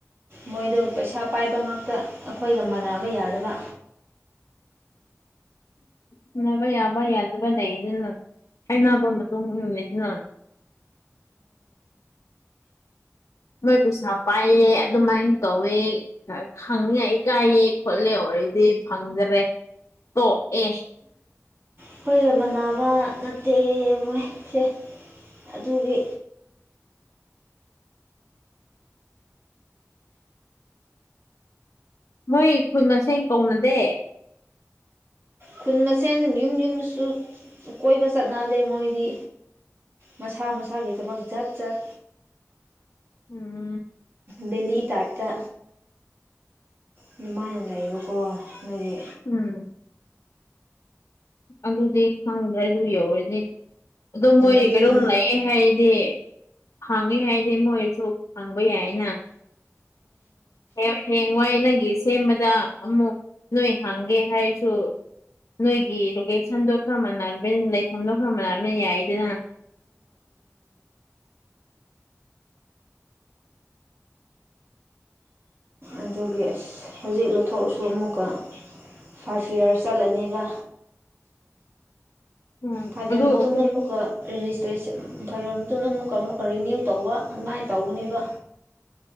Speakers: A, on the right; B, on the left.
A: ꯃꯣꯏꯗꯨ ꯄꯩꯁꯥ ꯄꯥꯏꯕ ꯉꯥꯛꯇ ꯑꯩꯈꯣꯏꯒ ꯃꯥꯟꯅꯕ ꯌꯥꯗꯕ
B: ꯃꯥꯟꯅꯕ ꯌꯥꯕ ꯌꯥꯗꯕ ꯂꯩꯗꯅ ꯍꯥꯏꯅꯕ ꯃꯇꯨꯡ ꯏꯟꯅ ꯂꯩꯗꯅ ꯃꯣꯏ ꯄꯩꯁꯥ ꯄꯥꯏꯌꯦ ꯑꯗꯨꯃꯥꯏꯟ ꯇꯧꯋꯦ ꯈꯪꯅꯤꯉꯥꯏ ꯏꯀꯥꯏꯌꯦ ꯈꯣꯠꯂꯦ ꯑꯣꯏꯔꯗꯤ ꯐꯪꯗ꯭ꯔꯦ ꯇꯣꯛꯑꯦ
A: ꯑꯩꯈꯣꯏꯒ ꯃꯥꯟꯅꯕ ꯅꯠꯇꯦ ꯃꯣꯏꯁꯦ ꯑꯗꯨꯒꯤ
B: ꯃꯣꯏ ꯈꯨꯟ ꯃꯁꯦꯟ ꯀꯧꯅꯗꯦ
A: ꯈꯨꯟ ꯃꯁꯦꯟ ꯌꯨꯝ ꯌꯨꯝꯗꯁꯨ ꯀꯣꯏꯕ ꯆꯠꯅꯗꯦ ꯃꯣꯏꯗꯤ ꯃꯁꯥ ꯃꯁꯥꯒꯤ ꯊꯕꯛ ꯆꯠ ꯆꯠ
B: ꯎꯝ
A: ꯕꯦꯂꯤ ꯇꯥꯏꯞꯇ ꯑꯗꯨꯃꯥꯏꯅ ꯂꯩꯕꯀꯣ ꯑꯗꯨꯒꯤ
B: ꯎꯝ ꯑꯗꯨꯗꯤ ꯈꯪꯗ꯭ꯔꯦ ꯑꯗꯨ ꯌꯧꯔꯗꯤ ꯑꯗꯣ ꯃꯣꯏ
A: ꯑꯗꯨꯒꯤ
B: ꯀꯩꯅꯣꯝ ꯂꯩꯌꯦ ꯍꯥꯏꯔꯗꯤ ꯍꯥꯡꯉꯦ ꯍꯥꯏꯗꯤ ꯃꯣꯏꯁꯨ ꯍꯥꯡꯕ ꯌꯥꯏꯅ ꯍꯌꯦꯡ ꯍꯌꯦꯡꯋꯥꯏ ꯅꯪꯒꯤ ꯁꯦꯝꯕꯗ ꯑꯃꯨꯛ ꯅꯣꯏ ꯍꯥꯡꯒꯦ ꯍꯥꯏꯔꯁꯨ ꯅꯣꯏꯒꯤ ꯁꯟꯗꯣꯛꯈ꯭ꯔ ꯃꯥꯟꯅꯔꯕꯅꯤꯅ ꯂꯩꯐꯝꯗꯣ ꯈ꯭ꯔ ꯃꯥꯟꯅꯔꯕꯅꯤꯅ ꯌꯥꯏꯗꯅ
A: ꯑꯗꯨꯒꯤ ꯑꯁ ꯍꯧꯖꯤꯛ ꯂꯧꯊꯣꯛꯑꯁꯨ ꯑꯃꯨꯛꯀ ꯐꯥꯏꯚ ꯌꯔꯁ ꯆꯠꯂꯅꯤꯕ
B: ꯎꯝ
A: ꯊꯥꯕꯤꯔꯕ
B: ꯑꯗꯨ
A: ꯃꯇꯨꯡꯗ
B: ꯑꯗꯨ
A: ꯑꯃꯨꯛꯀ ꯔꯦꯖꯤꯁꯇ꯭ꯔꯦꯁꯟ <unintelligible> ꯃꯇꯨꯡꯗ ꯑꯃꯨꯛꯀ ꯑꯃꯨꯛꯀ ꯔꯤꯅꯤꯌꯨ ꯇꯧꯕ ꯑꯗꯨꯃꯥꯏꯅ ꯇꯧꯒꯅꯦꯕ